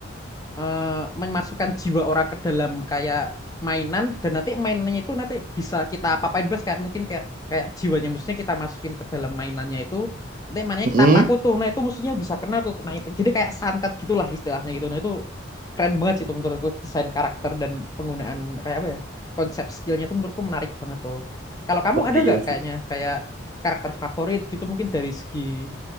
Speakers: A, on the left; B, on the right.
A: eh, memasukkan jiwa orang ke dalam kayak mainan dan nanti mainannya itu nanti bisa kita apa-apain bebas kayak mungkin kayak kayak jiwanya musuhnya kita masukin ke dalam mainannya itu nanti mainannya kita
B: hmm
A: paku tuh nah itu musuhnya bisa kena tuh kena impact jadi kayak santet gitulah istilahnya gitu nah itu keren banget sih itu menurutku desain karakter dan penggunaan kayak apa ya konsep skillnya itu menurutku menarik banget tuh kalau kamu
B: Wah,
A: ada
B: iya
A: nggak kayaknya
B: sih
A: kayak karakter favorit gitu mungkin dari segi